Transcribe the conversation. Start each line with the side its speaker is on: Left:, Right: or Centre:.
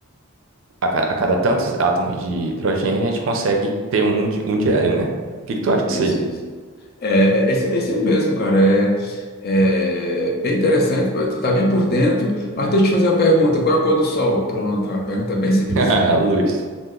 Right: a, ca- a cada tantos átomos de hidrogênio, a gente consegue ter um, di- um de diário, né? O que que tu acha
Left: isso,
Right: disso aí?
Left: isso. É, é é isso é isso aí mesmo, cara. É, é bem interessante, tu tá bem por dentro. Mas deixa eu te fazer uma pergunta: qual é a cor do sol? Pronto, a pergunta é bem simplesinha.
Right: <laughs> Ah, Luz.